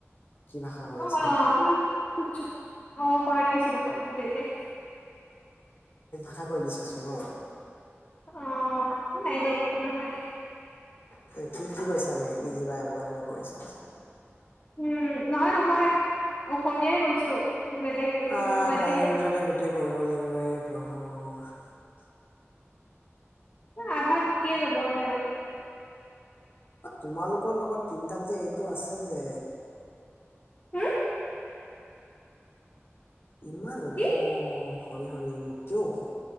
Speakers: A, on the left (about 60°); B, on the left (about 40°).
A: কি কৈ
B: অ
A: আছা এইটো
B: চুপ চুপ অ পাহৰি গৈছিলো পাই দেতে
A: কথা কৈ দিছাচোন ঔ।
B: অ' নাই দে একো নহয়।
A: কি কি কৰিছিলা মেকী কিবা এনেকুৱা কিবা কৰিছিলা।
B: উম নহয় নহয় অসমীয়াই কৈছো। বেলেগ কৈছিলো
A: আহ
B: বাদ
A: কালিৰ
B: দে সেইটো
A: ভিতৰতে গোটেই কৰিব লাগিব এ প্ৰভুৰ।
B: আধা থাকিয়ে যাব হ'লে আৰু।
A: অ তোমালোকৰ লগত তিনটাত যে এইটো আছে যে
B: হম
A: ইমান ওখ,
B: কি
A: হৰি হৰি মোতকেও ওখ।